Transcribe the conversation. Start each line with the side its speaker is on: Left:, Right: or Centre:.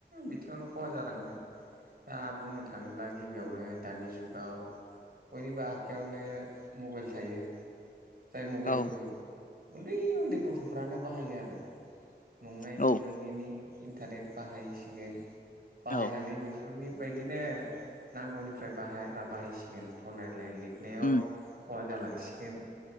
Right: बिथिङावनो खहा जालांदों। दा बुंनो थाङोब्ला गिबियावनो दानि जुगाव बयनिबो आखाइायावनो मबाइल थायो। जाय मबाइलखौ
Left: औ
Right: उन्दै उन्दै गथ'फ्रानो बाहायो आरो। नंनायनि
Left: औ
Right: नङिनि इन्टारनेट बाहायसिगोन बाहायनानै
Left: औ
Right: बे फोरनि बायदिनो नांगौनिफ्राय बाहायरा बाहायसिगोन फरायनाय लिरनायाव
Left: उम
Right: खहा जालांसिगोन